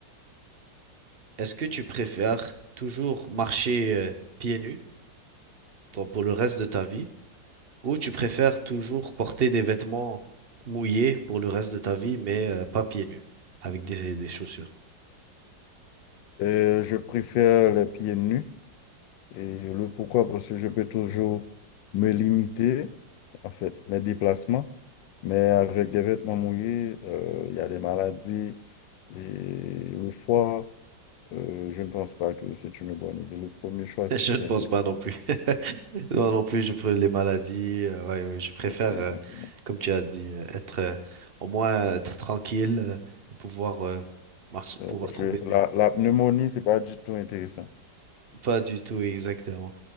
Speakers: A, on the right (about 40°); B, on the left (about 90°).
A: est-ce que tu préfères toujours marcher euh, pieds nus donc pour le reste de ta vie ou tu préfères toujours porter des vêtements mouillés pour le reste de ta vie mais euh, pas pieds nus avec des, des chaussures?
B: Euh, je préfère les pieds nus. Et le pourquoi? Parce que je peux toujours me limiter, en fait, mes déplacements. Mais avec des vêtements mouillés, euh, il y a des maladies. Et le foie, euh, je ne pense pas que c'est une bonne idée. Le premier choix,
A: <laughs>
B: c'est
A: Je
B: c'est
A: ne pense
B: intéressant.
A: pas non plus. Moi non plus, je préfère les maladies. euh, ouais, ouais, je préfère,
B: Exactement.
A: euh, comme tu as dit, euh, être euh, au moins euh, être tranquille, euh, et pouvoir euh, marcher,
B: Euh,
A: pouvoir
B: parce
A: trouver
B: que
A: des.
B: la, la pneumonie, c'est pas du tout intéressant.
A: Pas du tout, exactement.